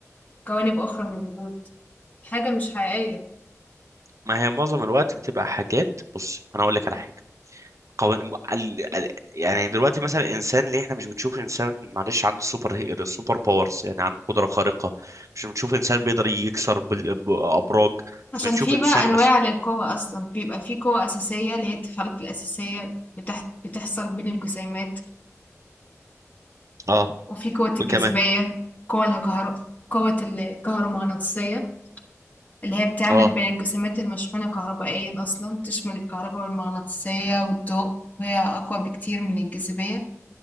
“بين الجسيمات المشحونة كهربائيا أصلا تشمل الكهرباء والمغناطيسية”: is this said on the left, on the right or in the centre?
Left